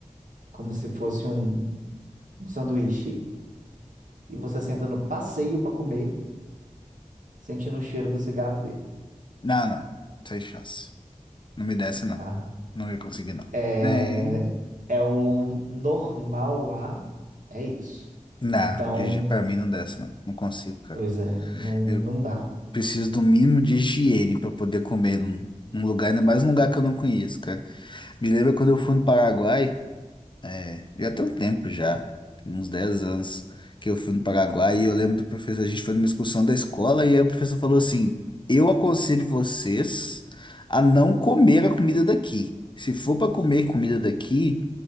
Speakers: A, on the right; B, on the left.
A: como se fosse um um sanduíche e você senta no passeio para comer, sentindo o cheiro do cigarro dele,
B: Não, não. Sem chance. Não me desce, não.
A: tá?
B: Não ia conseguir, não.
A: É,
B: Nem.
A: é o normal lá, é isso.
B: Não,
A: Então,
B: Gigi, pra mim não desce, não. Não consigo, cara.
A: pois é, não,
B: Eu,
A: não dá.
B: preciso do mínimo de higiene para poder comer num, num lugar, ainda mais num lugar que eu não conheço, cara. Me lembra quando eu fui no Paraguai, é, já tem um tempo já, tem uns 10 anos que eu fui no Paraguai e eu lembro do professor, a gente foi numa excursão da escola e aí o professor falou assim: "Eu aconselho vocês a não comer a comida daqui. Se for para comer comida daqui,